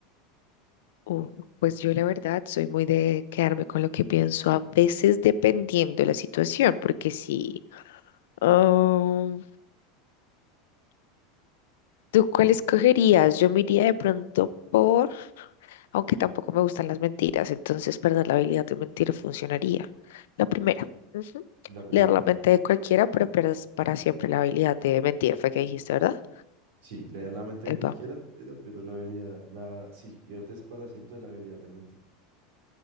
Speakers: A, on the left; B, on the right.
A: Uh, pues yo la verdad soy muy de quedarme con lo que pienso, a veces dependiendo de la situación, porque si... ah, ¿tú cuál escogerías? Yo me iría de pronto por... aunque tampoco me gustan las mentiras, entonces perder la habilidad de mentir funcionaría. La primera, ujú,
B: La primera.
A: Leer la mente de cualquiera, pero pierdes para siempre la habilidad de mentir, fue que dijiste, ¿verdad?
B: Sí, leer la mente de
A: Epa,
B: cualquiera, pero pierdes la habilidad, la, sí, pierdes para siempre la habilidad de mentir.